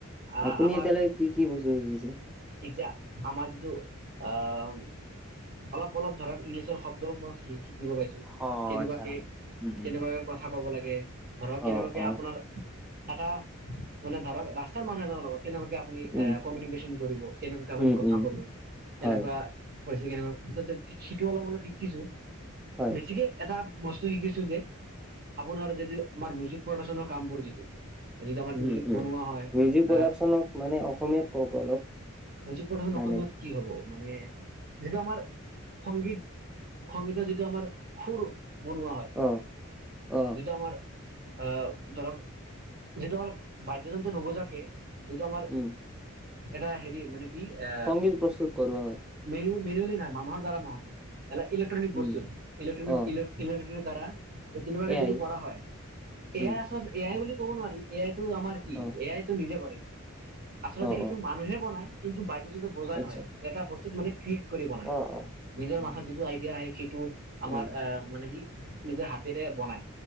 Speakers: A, on the right; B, in the centre.
A: আহ
B: আপুনি
A: আমাৰ
B: এতিয়ালৈকে কি কি বস্তু শিকিছে
A: এতিয়া আমাৰ যিটো আহ অলপ অলপ ধৰক ইংলিছৰ শব্দও মই শিকিব পাইছো
B: অ
A: কেনেকুৱাকে
B: আচ্ছা হয় উম উম
A: কেনেকুৱাকে কথা কব লাগে ধৰক কেনেকুৱাকে
B: অ অ
A: আপোনাৰ এটা মানে ধৰক ৰাস্তাৰ মানুহ এজনৰ লগত কেনেকুৱাকে আপুনি
B: উম
A: কমিউনিকেশন কৰিব কেনেকুৱাকে আপুনি
B: উম
A: কথা
B: উম
A: ক'ব, তেনেকুৱা
B: হয়
A: পাইছে কেনেকুৱা সিটো অলপ অলপ শিকিছো
B: হয়
A: বেছিকে এটা বস্তু শিকিছো যে আপোনাৰ যদি আমাৰ মিউজিক প্ৰডাকচনৰ কামবোৰ যিটো যিটো আমাৰ মিউজিক
B: উম উম
A: বনোৱা হয়
B: মিউজিক প্ৰডাকচনক
A: আহ
B: মানে অসমীয়াত কওক অলপ
A: বুজি প্ৰধান
B: মানে
A: অসমীয়াত কি হ'ব? <unintelligible> মানে যিটো আমাৰ সংগীত সংগীতৰ যিটো আমাৰ খুৰ বনোৱা হয়
B: অ অ
A: যিটো আমাৰ আহ ধৰক যিহেতু আমাৰ বাদ্যযন্ত্ৰ নৱজাকে এইটো আমাৰ
B: উম
A: এটা হেৰি মানে কি এ
B: সংগীত প্ৰস্তুত কৰোৱা হয়
A: মেল মেনুৱেলি নহয় মানুহৰ দ্বাৰা নহয় এটা ইলেক্ট্ৰনিক
B: উম
A: বস্তু ইলেকট্ৰনিক
B: অ
A: ইলেকট্ৰিক দ্বাৰা ত তেনেকুৱাকে
B: এয়াই
A: যিটো কৰা হয়
B: উম
A: এ আই আচলতে এ আই বুলি ক'ব নোৱাৰি এ আই টো আমাৰ কি
B: অ
A: এ আইতো নিজে কৰে আচলতে
B: অ
A: সেইটো
B: অ
A: মানুহে বনাই কিন্তু <unintelligible> বজাই
B: আচ্ছা
A: নহয় এটা বস্তুত মানে কি কৰিব নাই
B: অ অ
A: নিজৰ
B: উম
A: মাথাত যিটো আইডিয়া আহে সেইটো
B: উম
A: আমাৰ আহ মানে কি নিজৰ হাতেৰে বনাই